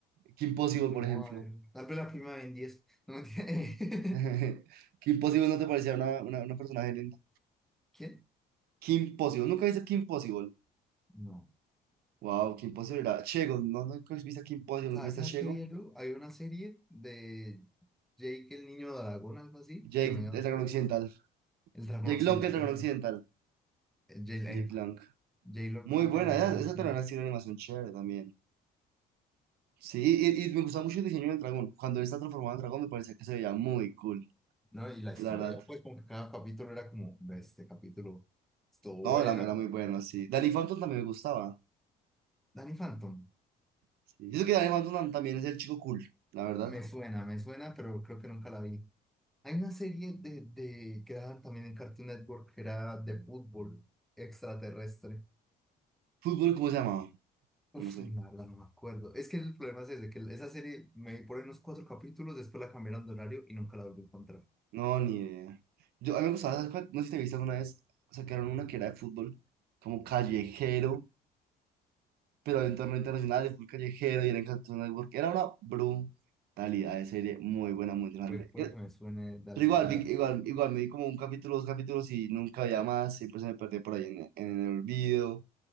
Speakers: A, on the right; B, in the centre.
A: Kim Possible,
B: No,
A: por ejemplo.
B: a ver, tal vez la prima de Ben 10. No, mentira.
A: <laughs> ¿Kim Possible no te parecía una, una, una personaje linda?
B: <laughs> ¿Quién?
A: Kim Possible, ¿nunca viste Kim Possible?
B: No.
A: Wow, qué imposible era. Chego, no, no viste qué imposible,
B: ¿Sabes,
A: no viste
B: sabes
A: a Chego.
B: qué vi, Lu? Hay una serie de Jake el niño dragón, algo así,
A: Jake,
B: que me dio
A: el dragón occidental.
B: el dragón
A: Jake
B: occidental.
A: Long, el dragón
B: Es, es
A: occidental.
B: Jay, la
A: Jake
B: epa,
A: Long.
B: J-Lo
A: Muy
B: como
A: buena,
B: me la dio
A: esa,
B: bastante.
A: esa también tiene una animación chévere también. Sí, y, y me gustaba mucho el diseño del dragón. Cuando él está transformado en dragón, me parecía que se veía muy cool,
B: No, y la historia,
A: la verdad.
B: pues como que cada capítulo era como, "Ve, este capítulo estuvo
A: No,
B: bueno.
A: era, era muy bueno, sí. Danny Phantom también me gustaba.
B: Danny Phantom,
A: Sí. Yo que Danny Phantom también es el chico cool, la verdad.
B: me suena, me suena, pero creo que nunca la vi. Hay una serie de, de que daban también en Cartoon Network que era de fútbol extraterrestre.
A: ¿Fútbol cómo se llamaba?
B: Uf,
A: No sé.
B: la verdad no me acuerdo. Es que el problema es ese, que esa serie me vi por ahí unos cuatro capítulos, después la cambiaron de horario y nunca la volví a encontrar.
A: No, ni idea. Yo, a mí me gustaba, ¿sabes cuál? no sé si te viste alguna vez, sacaron una que era de fútbol, como callejero pero de entorno internacional, de fútbol callejero y eran Cartoon Network. Era una brutalidad de serie, muy buena, muy grande.
B: Puede, puede
A: Pero
B: que me suene de algo.
A: igual,
B: de
A: vi-
B: algo.
A: igual, igual, me di como un capítulo, dos capítulos y nunca había más, siempre se me perdió por ahí en, en el olvido,